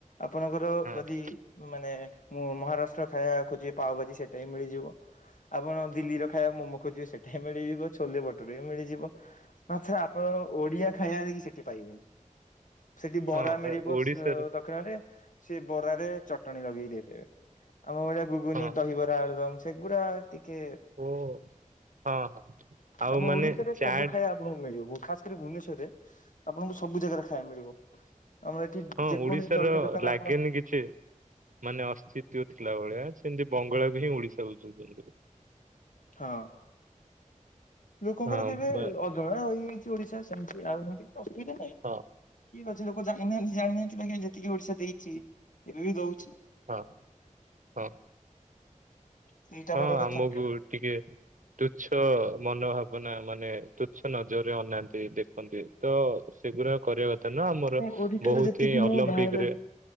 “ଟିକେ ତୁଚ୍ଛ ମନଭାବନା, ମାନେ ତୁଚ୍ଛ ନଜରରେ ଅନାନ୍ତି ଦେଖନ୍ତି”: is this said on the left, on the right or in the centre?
Right